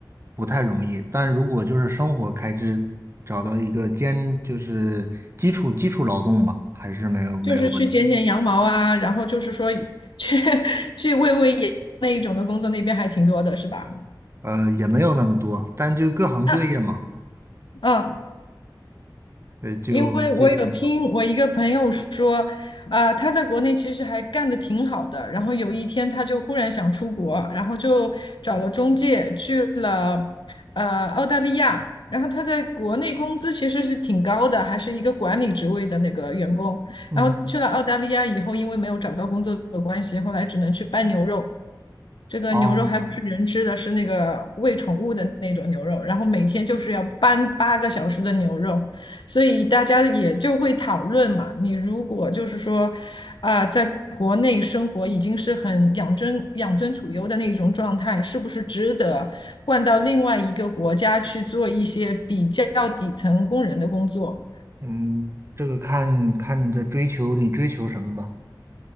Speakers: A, on the right (about 35°); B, on the left (about 80°).
A: 不太容易。但如果就是生活开支，找到一个兼就是基础基础劳动吧，还是没有没有问题的。
B: 就是去剪剪羊毛啊，然后就是说去 <laughs> 去喂喂羊那一种的工作，那边还挺多的，是吧？
A: 呃，也没有那么多，但就各行各业嘛，
B: 那嗯，
A: 呃，就就还好。
B: 因为我有听我一个朋友说，啊、他在国内其实还干得挺好的，然后有一天他就忽然想出国，然后就找了中介去了呃澳大利亚，然后他在国内工资其实是挺高的，还是一个管理职位的那个员工，
A: 嗯，
B: 然后去了澳大利亚以后，因为没有找到工作的关系，后来只能去搬牛肉。这个牛肉还不是人吃的，
A: 哦，
B: 是那个喂宠物的那种牛肉，然后每天就是要搬八个小时的牛肉，所以大家也就会讨论嘛。你如果就是说，啊、在国内生活已经是很养尊养尊处优的那种状态，是不是值得换到另外一个国家去做一些比较底层工人的工作？
A: 嗯，这个看看你的追求，你追求什么吧，